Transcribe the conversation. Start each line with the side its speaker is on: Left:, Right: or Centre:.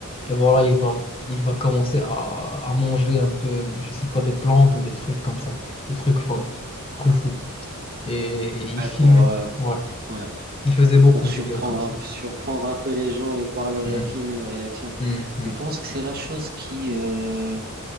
Left: Et voilà, il va, il va commencer à, à manger un peu, je sais pas, des plantes ou des trucs comme ça, des trucs folles, des trucs fous. Et, et il
Right: Ouais,
Left: filmait,
Right: pour, euh,
Left: voilà.
Right: pour, ouais,
Left: Il faisait beaucoup
Right: pour surprendre
Left: de vidéos comme
Right: un,
Left: ça.
Right: surprendre un peu les gens et voir leur
Left: Hmm,
Right: film et leur réaction.
Left: hmm, hmm,
Right: Je pense que c'est la chose qui. euh,